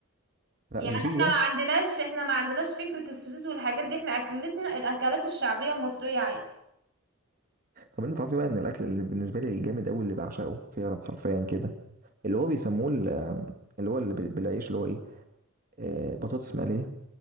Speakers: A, on the right (about 40°); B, on the right (about 60°).
A: لا
B: يعني
A: السوسيس
B: احنا
A: ده
B: ما عندناش احنا ما عندناش فكرة السوسيس والحاجات دي احنا اكلتنا الاكلات الشعبية المصرية عادي
A: طب انت تعرفي بقى ان الاكل اللي بالنسبه لي الجامد قوي اللي بعشقه فعلا حرفيا كده اللي هو بيسموه ال- آم، اللي هو اللي بال- بالعيش اللي هو ايه آه بطاطس مقليه